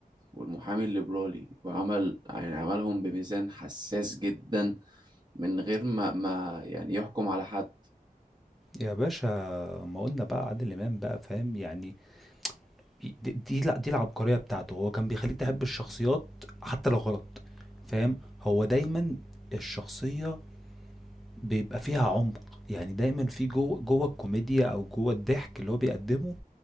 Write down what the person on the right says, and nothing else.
والمحامي الليبرالي وعمل يعني عملهم بميزان حساس جدا من غير ما ما يعني يحكم على حد